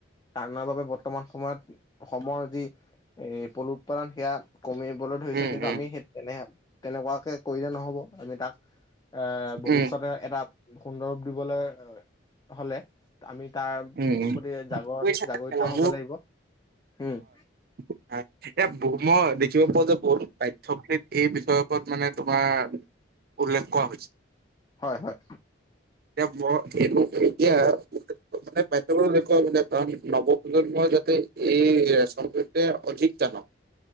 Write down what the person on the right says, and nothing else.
উম,
উম,
উম,
উম, উম,
বুজিছা
মোৰ
উম। <unintelligible> এতিয়া মই দেখিব পাওঁ যে বহুত পাঠ্যকিত এই বিষয় ওপৰত মানে তোমাৰ উল্লেখ কৰা হৈছে।
এতিয়া মই এইটো এতিয়া মানে <unintelligible> কাৰণ <unintelligible> নৱ প্ৰজন্মই যাতে এই সম্পৰ্কে অধিক জানক।